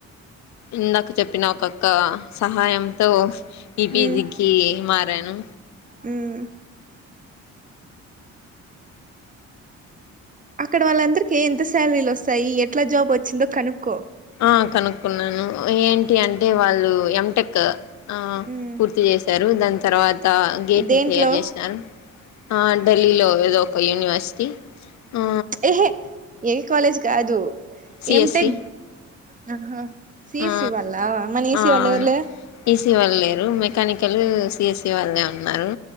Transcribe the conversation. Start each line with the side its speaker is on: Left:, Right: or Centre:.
Left: ఇందాక చెప్పిన ఒక్క సహాయంతో ఈపీజీకి
Right: ఉమ్
Left: మారాను
Right: ఉమ్ అక్కడ వాళ్ళందరిక ఎంత సాలరీలు వస్తాయి ఎట్లా జాబ్ వచ్చిందో కనుక్కో
Left: ఆహ్ కనుక్కున్నాను ఏంటి అంటే వాళ్ళు ఎటెక్ ఆహ్
Right: ఉమ్
Left: పూర్తి చేశారు దాని తర్వాత గేట్
Right: దేంట్లో
Left: ని క్లియర్ చేసినను ఆ ఢిల్లీలో ఏదో ఒక యూనివర్సిటీ ఆ
Right: ఏహే ఏ కాలేజ్ కాదు
Left: సిఎస్సి
Right: ఎం టెక్ ఆహా సిసి
Left: ఆ
Right: వాల్ళా మన ఈసి
Left: ఆ
Right: వాళ్ళెవర్
Left: అవును
Right: లేర్
Left: ఈసీ వాళ్ళు లేరు మెకానికల్ సిఎసి వాళ్ళే ఉన్నారు